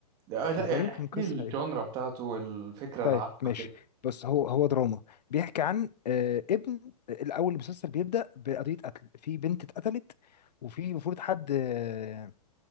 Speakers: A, on the right; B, on the left.
A: آه لا
B: او تقريبا
A: يعني
B: كان
A: احكي
B: قصه
A: لي الجانرا
B: ايه
A: بتاعته الفكرة
B: طيب
A: العامة
B: ماشي
A: كده
B: بس هو هو دراما بيحكي عن آه ابن آه، الاول المسلسل بيبدا بقضيه قتل في بنت اتقتلت وفي المفروض حد آه